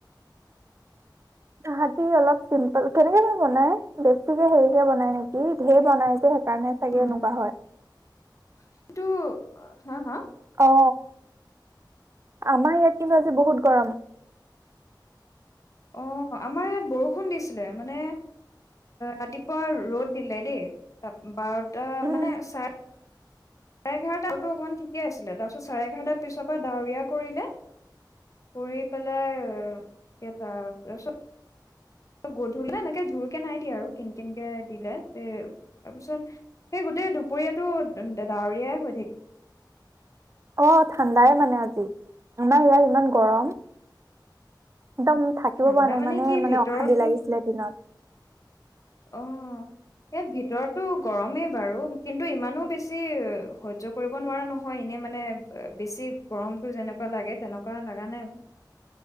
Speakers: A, on the right (about 40°); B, on the left (about 45°).
A: তাহতি অলপ চিম্পল কেনেকে ধৰে বনাই বেছিকে হেৰি কে বনাই নেকি ধৰে বনাই সেইকাৰণে চাগে
B: উম
A: এনেকুৱা হয়
B: কিন্তু হা, হা।
A: অ, আমাৰ ইয়াত কিন্তু আজি বহুত গৰম।
B: অ আমাৰ ইয়াত বৰষুণ দিছিলে মানে, ৰাতিপুৱা ৰ'দ দিলে দেই তা বাৰত- ত
A: উম।
B: মানে ছাৰ চাৰে এঘাৰটা অকমান ঠিকে আছিলে তাৰপিছত চাৰে এঘাৰটাৰ পিছৰ পৰা ডাৱৰীয়া কৰিলে কৰি পেলাই কেইটা তাৰপিছত গধূলি নে এনেকে জোৰকে নাই দিয়া আৰু কিনকিনকে দিলে তাৰপিছত সেই গোটেই দুপৰীয়াটো ডাৱৰীয়াই হৈ থাকিল।
A: অ ঠাণ্ডাই মানে আজি আমাৰ ইয়াৰ ইমান গৰম। একদম থাকিব
B: ঠাণ্ডা
A: পৰা নাই মানে,
B: কি
A: মানে
B: ভিতৰতো
A: অশান্তি লাগিছিলে দিনত।
B: অ, এই ভিতৰতো গৰমেই বাৰু কিন্তু ইমানো বেছি সহ্য কৰিব নোৱাৰা নহয় এনেই মানে বেছি গৰমটো যেনেকুৱা লাগে তেনেকুৱা লাগা নাই।